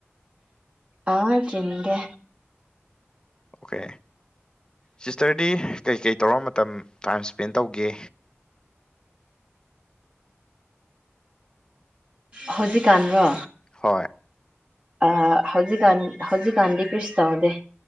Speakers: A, on the right (about 25°); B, on the left (about 20°).
A: ꯑꯥ ꯆꯤꯟꯒꯦ
B: ꯑꯣꯀꯦ ꯁꯤꯁꯇꯔꯗꯤ ꯀꯩꯀꯩ ꯇꯧꯔ ꯃꯇꯝ ꯇꯥꯏꯝ ꯁ꯭ꯄꯦꯟ ꯇꯧꯒꯦ
A: ꯍꯧꯖꯤꯛꯀꯥꯟ꯭ꯔꯣ
B: ꯍꯣꯏ
A: ꯑ ꯍꯧꯖꯤꯛꯀꯥꯟ ꯍꯧꯖꯤꯛꯀꯥꯟꯗꯤ ꯀꯔꯤꯁꯨ ꯇꯧꯗꯦ